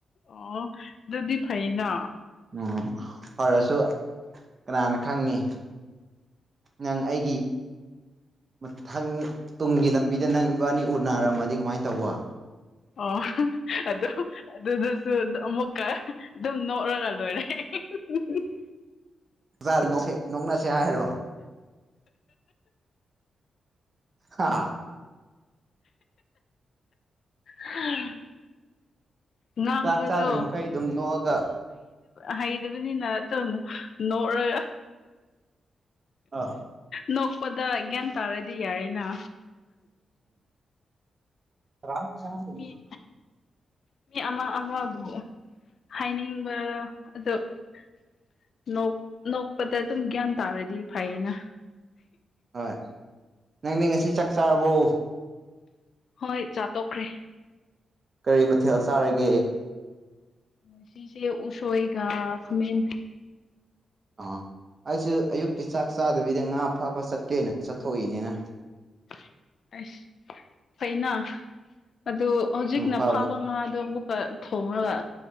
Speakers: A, on the left (about 60°); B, on the right (about 35°).
A: ꯑꯣ ꯑꯗꯨꯗꯤ ꯐꯩꯅ
B: ꯎꯝ ꯐꯔꯁꯨ ꯀꯅꯥꯅ ꯈꯪꯅꯤ ꯅꯪ ꯑꯩꯒꯤ ꯃꯊꯪ ꯇꯨꯡꯒꯤ ꯂꯝꯕꯤꯗ ꯅꯪ ꯏꯕꯥꯅꯤ ꯎꯠ ꯅꯥꯔꯝꯃꯗꯤ ꯀꯃꯥꯏꯅ ꯇꯧꯕ
A: ꯑꯣ ꯑꯗꯨ ꯑꯗꯨꯗꯨꯁꯨ ꯑꯃꯨꯛꯀ ꯑꯗꯨꯝ ꯅꯣꯛꯂꯒ ꯂꯣꯏꯔꯦ <unintelligible>
B: ꯌꯥ ꯅ ꯅꯣꯡꯅꯁꯤꯦ ꯍꯥꯏꯔꯣ ꯑ
A: ꯑ ꯉꯥꯡꯕꯗꯣ
B: ꯆꯥꯛ ꯆꯥꯗ꯭ꯔꯤ ꯃꯈꯩ ꯑꯗꯨꯝ ꯅꯣꯛꯑꯒ
A: ꯍꯩꯇꯕꯅꯤꯅ ꯇꯧꯅꯨ ꯅꯣꯛꯔꯒ
B: ꯑꯥ
A: ꯅꯣꯛꯄꯗ ꯒ꯭ꯌꯥꯟ ꯇꯥꯔꯗꯤ ꯌꯥꯔꯦꯅ
B: ꯔꯝꯆꯟꯗ
A: ꯃꯤ ꯃꯤ ꯑꯃ ꯑꯃꯕꯨ ꯍꯥꯏꯅꯤꯡꯕ ꯑꯣ ꯅꯣꯛꯄꯗ ꯑꯗꯨꯝ ꯒ꯭ꯌꯥꯟ ꯇꯥꯔꯗꯤ ꯐꯩꯌꯦꯅ
B: ꯍꯣꯏ ꯅꯪꯗꯤ ꯉꯁꯤ ꯆꯥꯛ ꯆꯥꯔꯕꯧ
A: ꯍꯣꯏ ꯆꯥꯠꯇꯣꯛꯈ꯭ꯔꯦ
B: ꯀꯔꯤ ꯃꯊꯦꯜ ꯆꯥꯔꯒꯦ
A: ꯉꯥꯁꯤꯁꯦ ꯎꯁꫭꯏꯒ ꯈꯥꯃꯦꯟ
B: ꯑꯥ ꯑꯩꯁꯨ ꯑꯌꯨꯛꯀꯤ ꯆꯥꯛ ꯆꯥꯗꯕꯤꯗ ꯉꯥ ꯐꯥꯕ ꯆꯠꯀꯦꯅ ꯆꯠꯊꯣꯛꯏꯅꯤꯅꯦ
A: <unintelligible> ꯑꯁ ꯐꯩꯅ ꯑꯗꯨ ꯍꯧꯖꯤꯛꯅ
B: ꯎꯝ ꯐꯕꯅꯦ
A: ꯐꯥꯕ ꯉꯥꯗꯣ ꯑꯃꯨꯛ ꯊꯣꯉꯒ